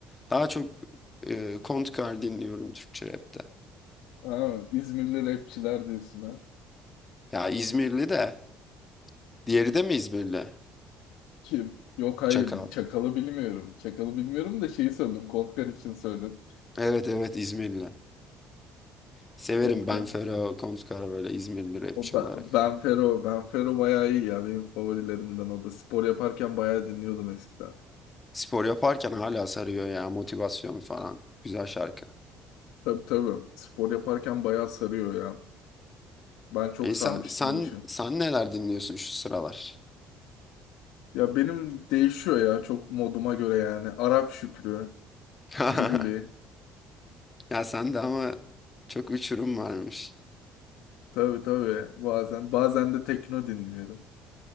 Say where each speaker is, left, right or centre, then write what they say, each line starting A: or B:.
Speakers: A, on the left; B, on the left.
A: daha çok e, Kontkar dinliyorum Türkçe rapte.
B: ha, İzmirli rapçiler diyorsun ha.
A: Ya İzmirli de. Diğeri de mi İzmirli?
B: Kim? Yok hayır.
A: Çakal.
B: Çakal'ı bilmiyorum. Çakal'ı bilmiyorum da şeyi söyledim. Kontkar için söyledim.
A: Evet evet İzmirli. Severim
B: Kontkar.
A: ben Fero Kontkar böyle İzmirli rapçi
B: O Be-
A: olarak.
B: Benfero, Benfero bayağı iyi ya. Benim favorilerimden o da. Spor yaparken bayağı dinliyordum eskiden.
A: Spor yaparken hala sarıyor ya motivasyon falan. Güzel şarkı.
B: Tabii tabii. Spor yaparken bayağı sarıyor ya. Ben çok
A: E
B: sarmıştım
A: sen sen
B: o işi.
A: sen neler dinliyorsun şu sıralar?
B: Ya benim değişiyor ya çok moduma göre yani. Arap Şükrü,
A: <laughs>
B: Ciguli.
A: Ya sen de ama çok uçurum varmış.
B: Tabii tabii. Bazen bazen de tekno dinliyorum.